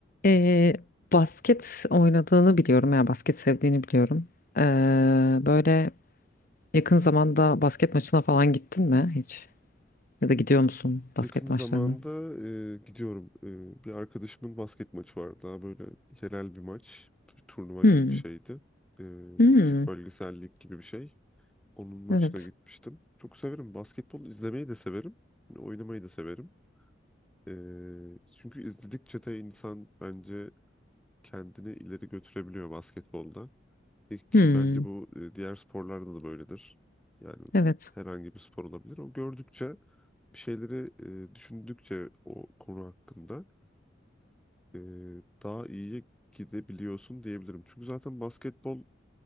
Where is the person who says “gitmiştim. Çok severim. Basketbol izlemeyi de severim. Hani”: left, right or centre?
Centre